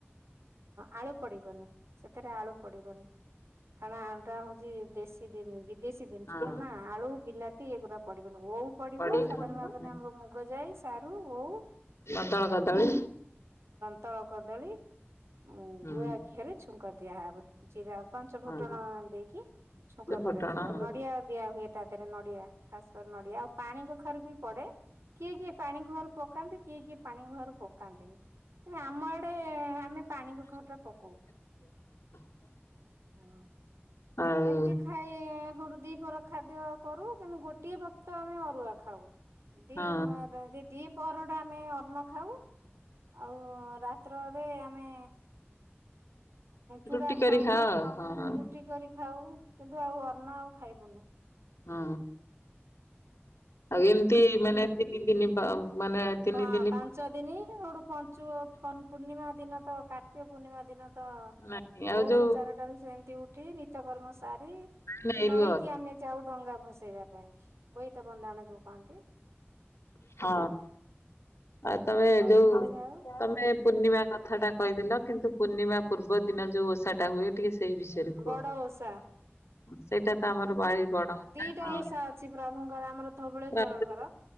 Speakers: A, on the right (about 80°); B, on the left (about 85°).
A: ଆଳୁ ପଡିବନି ସେଥିରେ ଆଳୁ ପଡିବନି କାରଣ ଆଳୁଟା ହଉଛି ଦେଶୀ ଦ ବିଦେଶୀ ଜିନିଷ
B: ହଁ
A: କ ନା ଆଳୁ ବିଲାତି ଇଗୁଡା ପଡିବନି ଓଉ ପଡିବ
B: ପଡିବନି।
A: ସାଧାରଣ ଭାବରେ ଆମର ମୁଗ ଯାଇ ସାରୁ ଓଉ
B: କଦଳ କଦଳୀ
A: ତଳ କଦଳୀ ଉ
B: ହୁଁ
A: ଗୁଆ ଘିଅରେ ଛୁଙ୍କ ଦିଆହବ ଜିରା ପାଞ୍ଚ ଫୁଟଣ
B: ହଁ
A: ଦେଇକି ଛୁଙ୍କ
B: ଫୁଟଣ
A: କରାଯିବ ନ
B: ହଁ।
A: ନଡିଆ ଦିଆ ହୁଏ ତା ଦେହରେ ନଡିଆ ଖାସ କରି ନଡିଆ ଆଉ ପାଣି କଖାରୁ ପଡେ କିଏ କିଏ ପାଣି ଘହରୁ ପକାନ୍ତି କିଏ କିଏ ପାଣି ଘହରୁ ପକାନ୍ତିନି ଆମ ଏଡେ ଆମେ ପାଣି କ ଖା ପକଉ
B: ହଁ
A: ହଁ
B: ଆଉ
A: ଏମିତି ଖାଇ ୁ ଦିପ ଖାଦ୍ୟ କରୁ କିନ୍ତୁ ଗୋଟିଏ ଭକ୍ତ ଆମେ ଅରୁଆକୁ ଦି
B: ହଁ
A: ଦି ପହରଟା ଆମେ ଅନ୍ନ ଖାଉ ଆଉ ରାତ୍ରରେ ଆମେ ଚୁଡା
B: ରୁଟି କରି
A: ଖାଉ
B: ଖାଅ ହଁ ହଁ।
A: ରୁଟି କରି ଖାଉ କିନ୍ତୁ ଆଉ ଅର୍ଣ ଆଉ ଖାଇବୁନୁ
B: ହଁ ଆଉ ଏମିତି ମାନେ ତିନି ତିନି ମାନେ
A: ହଁ
B: ଦିନି
A: ପାଞ୍ଚ ଦିନ ଆୋଠୁ ପଞ୍ଚୁ ପୂର୍ଣ୍ଣିମା ଦିନ ତ କାର୍ତ୍ତିକ ପୂର୍ଣ୍ଣିମା ଦିନ ତ ତ
B: ନାଇଁ
A: ବୋର
B: ଆଉ ଯୋଉ
A: ଚାରିଟାରୁ ସେମିତି ଉଠି ନିତକର୍ମ ସାରି
B: ନାଇଁ
A: ନଈକି
B: ରୁହ
A: ଆମେ ଯାଉ ଡଙ୍ଗା ଭସେଇବା ପାଇଁ କି ବୋଇତ ବଧାଣ ଯୋଉ କହନ୍ତି
B: ହଁ ଆଉ ତମେ
A: ନଈକି
B: ଯୋଉ
A: ଯାଉ
B: ତମେ ପୂର୍ଣିମା କଥାଟା କହିଦେଲ କିନ୍ତୁ ପୂର୍ଣ୍ଣିମା ପୂର୍ବ ଦିନ ଯୋଉ ଓଷାଟା ହୁଏ ଟିକେ ସେଇ ବିଷୟରେ କୁହ
A: ବଡ ଓଷା
B: ସେଇଟା ତ ଆମର ବାାଇ ବଡ
A: ଦିଟା
B: ହ
A: ଓଷା ଅଛି ପ୍ରଭୁଙ୍କର ଆମର ଧବଳେଶ୍ଵରଙ୍କର।
B: ହଁ